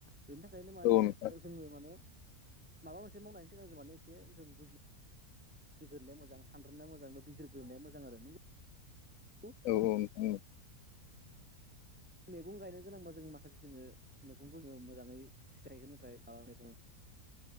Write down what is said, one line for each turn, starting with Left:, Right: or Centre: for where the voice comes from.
Centre: बेनि थाखायनो माने
Left: औ नोंथां
Centre: ओस जोंनो माने माबा मोनसे मावनायनि सिगां जों माने एसे जों बुजि बिजिरग्रोनाया मोजां सानद्रोनाया मोजां बिजिरग्रोनाया मोजां आरो नोंगौ <unintelligible>
Left: औ <unintelligible>
Centre: मैगं गायनो गोनांबा जों माखासे जोङो मैगंबो ओ मोजाङै फिथाइ होनो थाखाय <unintelligible> मेगं